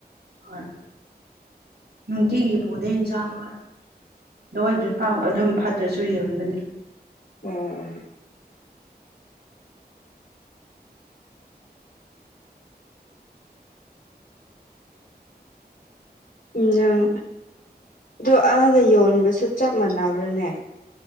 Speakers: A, on the right (about 75°); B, on the left (about 75°).
A: ꯍꯣꯏ ꯅꯨꯡꯇꯤꯒꯤ ꯄꯨꯗꯦ ꯏꯟꯁꯥꯡ ꯃꯣꯏ ꯂꯣꯏꯗꯔꯤꯐꯥꯎ ꯑꯗꯨꯝ ꯐꯠꯇ꯭ꯔꯁꯨ ꯌꯣꯟꯕꯅꯤ
B: ꯑꯣ ꯑꯣ ꯏꯟꯖꯥꯡ ꯗꯣ ꯑꯥꯗ ꯌꯣꯟꯕꯁꯨ ꯆꯞ ꯃꯥꯟꯅꯕ꯭ꯔꯅꯦ